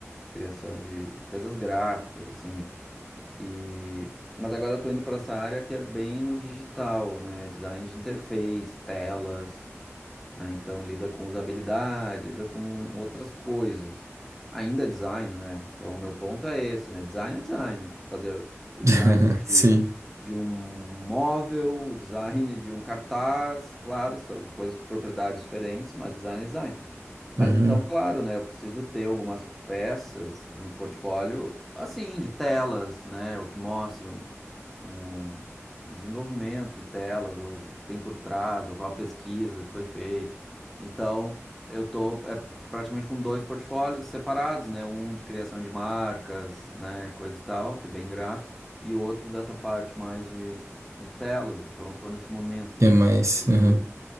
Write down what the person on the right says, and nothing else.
<laughs>
Sim.
Aham.
É mais,
aham,